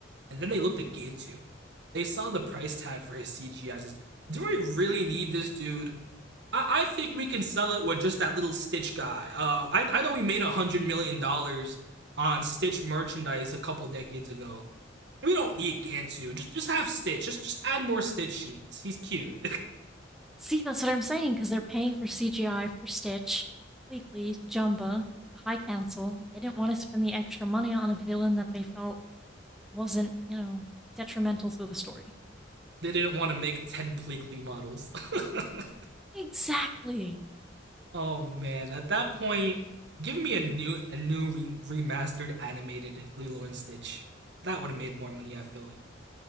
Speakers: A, on the right; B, in the centre.
A: And then they looked at Gintu. They saw the price tag for his CGI. Says, do we really need this dude? I, I think we can sell it with just that little Stitch guy. Uh, I I know we made a hundred million dollars on Stitch merchandise a couple decades ago. We don't need Gantu. Just just have Stitch. Just just add more Stitch scenes. He's cute.
B: See, that's what I'm saying. Because they're paying for CGI for Stitch, Bleakley, Jumba, the High Council. They didn't want to spend the extra money on a villain that they felt wasn't, you know, detrimental to the story.
A: <laughs> they didn't want to make ten Pleakley models. <laughs>
B: Exactly.
A: Oh man, at that point, give me a new a new re- remastered animated Lilo and Stitch. That would have made more money, I feel like.